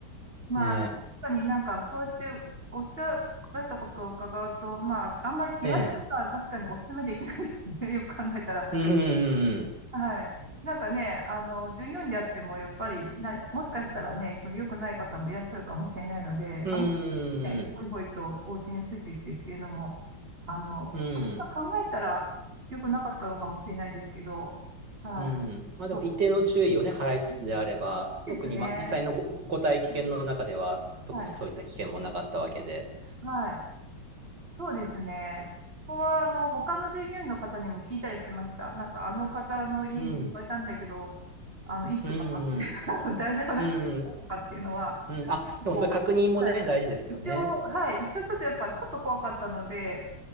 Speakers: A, on the right; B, on the right.
A: まあ、
B: ね
A: 確かになんか、そうやっておっしゃられたことを伺うと、まあ、あんまり気軽には確かにお勧めできないですね。
B: え。ええ。
A: <laughs> よく考えたら。
B: うんうんうん。
A: はい。なんかね、あの、従業員であっても、やっぱりな、もしかしたらね、その良くない方もいらっしゃるかもしれないので、
B: うーん、
A: あんまりね、ほいほいとお家についていってっていうのも、あの、
B: うん、
A: 考えたら良くなかったのかもしれないですけど、はい。
B: うん。まあでも一定の注意をね、
A: まあ、
B: 払いつつであれば、
A: うん、いいですね。
B: 特に、ま、実際のご、ご体験の中では、
A: うん
B: 特にそういった危険もなかったわけで。
A: はいはい。そうですね。そこは、あの、他の従業員の方にも聞いたりしてました。なんか、あの方の家に誘えたんだけど、
B: うん、
A: あの、いい人かなって、
B: うん、
A: <laughs> あの大丈夫な人かなっていうのは、
B: うん、うん。あ、でもそれ確認もね、
A: もう、はい。
B: 大事ですよね。
A: 一応、はい。一応、ちょっとやっぱ、ちょっと怖かったので、